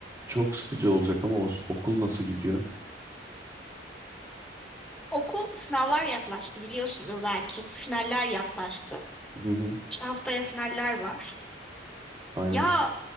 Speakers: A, on the right (about 15°); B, in the centre.
A: Çok sıkıcı olacak ama o- okul nasıl gidiyor?
B: Okul sınavlar yaklaştı biliyorsundur belki. Finaller yaklaştı.
A: Hı hı,
B: İşte haftaya finaller var.
A: aynen.
B: Ya